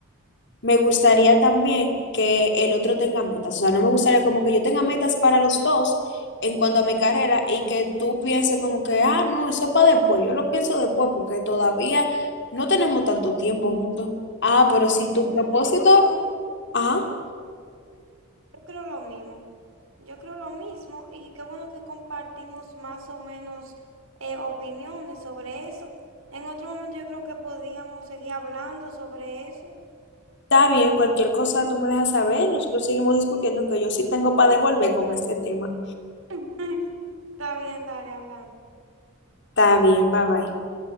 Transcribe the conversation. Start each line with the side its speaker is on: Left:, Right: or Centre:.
Left: Me gustaría también que el otro tenga metas. O sea, no me gustaría como que yo tenga metas para los dos en cuanto a mi carrera y que tú pienses como que, ah, no, eso es para después. Yo lo pienso después porque todavía no tenemos tanto tiempo juntos. Ah, pero si tu
Right: Exacto,
Left: propósito,
Right: yo creo,
Left: ajá,
Right: yo creo lo mismo. Yo creo lo mismo y qué bueno que compartimos más o menos eh, opiniones sobre eso. En otro momento yo creo que podíamos seguir hablando sobre eso.
Left: está bien, cualquier cosa tú me dejas saber. Nosotros seguimos discutiendo que yo sí tengo para devolver con este tema.
Right: <laughs> Está bien, dale, hablamos.
Left: Está bien, bye bye.